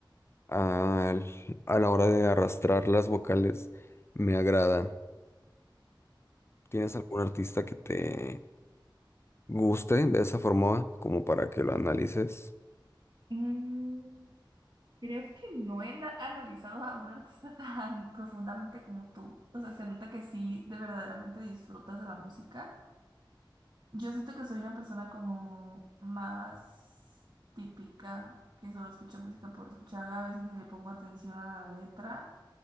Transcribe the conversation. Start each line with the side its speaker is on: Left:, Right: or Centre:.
Left: al- a la hora de arrastrar las vocales me agrada. ¿Tienes algún artista que te guste de esa forma como para que lo analices?
Right: Mm, creo que no he na- analizado a un artista <laughs> tan profundamente como tú. O sea, se nota que sí, de verdaderamente disfrutas de la música. Yo siento que soy una persona como más típica, que solo escucha música por escucharla. A veces ni le pongo atención a la letra.